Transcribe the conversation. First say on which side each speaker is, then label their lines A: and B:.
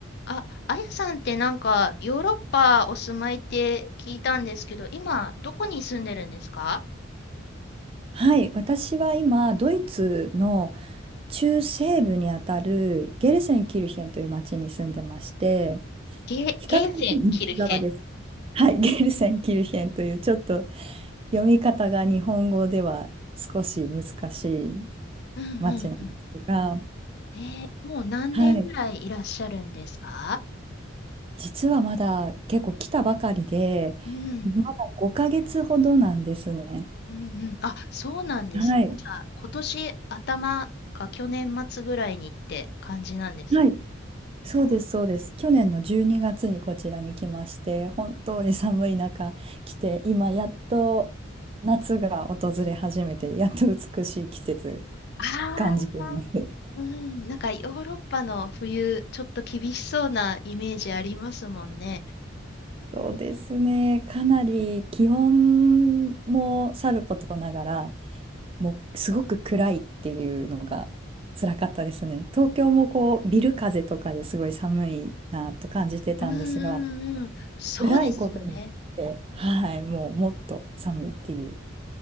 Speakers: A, on the left; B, on the right.
A: あ、あやさんってなんかヨーロッパお住まいって聞いたんですけど、今どこに住んでるんですか
B: はい、私は今、ドイツの中西部にあたるゲルセンキルヒェンという町に住んでまして、
A: ゲー、
B: 比較的西側です。
A: ゲーセン、キルヘン。
B: はい、<laughs> ゲルセンキルヒェンというちょっと読み方が日本語では少し難しい
A: うんうんうん。
B: 町なんですが、
A: えーもう何年ぐらいいらっしゃるんですか
B: はい、実はまだ結構来たばかりで、
A: うん。
B: まだ5ヶ月ほどなんですね。
A: うんうん。あ、そうなんですね。
B: はい。
A: じゃあ、今年頭か去年末ぐらいにって感じなんですか
B: はい。そうです、そうです。去年の12月にがつにこちらに来まして、本当に寒い中来て、今やっと夏が訪れ始めて、やっと美しい季節
A: ああ
B: 感じています。<laughs>
A: ー、うん。なんかヨーロッパの冬、ちょっと厳しそうなイメージありますもんね。
B: そうですね、かなり気温もさることながら、もうすごく暗いっていうのが辛かったですね。東京もこうビル風とかですごい寒いなと感じてたんですが、
A: うんうんうん。そうですよね。
B: 暗いことによって、はい、もうもっと寒いっていう。